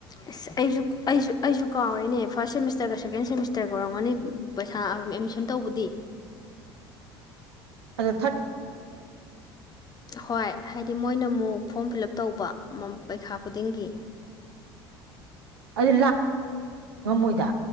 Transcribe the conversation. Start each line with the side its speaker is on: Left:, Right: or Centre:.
Left: ꯑꯁ ꯑꯩꯁꯨ ꯑꯩꯁꯨ ꯑꯩꯁꯨ ꯀꯥꯎꯔꯦꯅꯦ ꯐꯥꯔꯁ ꯁꯦꯃꯤꯁꯇꯔꯒ ꯁꯦꯀꯦꯟ ꯁꯦꯃꯤꯁꯇꯔ ꯧꯔꯝꯒꯅꯤ ꯄꯩꯁꯥ ꯑꯦꯠꯃꯤꯁꯟ ꯇꯧꯕꯗꯤ
Right: ꯑꯗꯨ
Left: ꯍꯣꯏ ꯍꯥꯏꯗꯤ ꯃꯣꯏꯅ ꯑꯃꯨꯛ ꯐꯣꯔꯝ ꯐꯤꯜ ꯎꯞ ꯇꯧꯕ ꯄꯩꯈꯥ ꯈꯨꯗꯤꯡꯒꯤ
Right: ꯑꯗꯨ ꯃꯣꯏꯗ